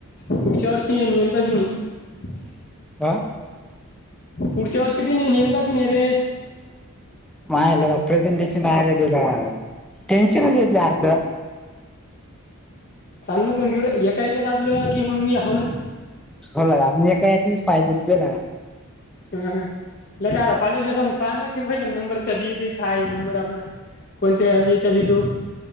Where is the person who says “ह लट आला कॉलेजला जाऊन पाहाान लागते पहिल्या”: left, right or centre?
Left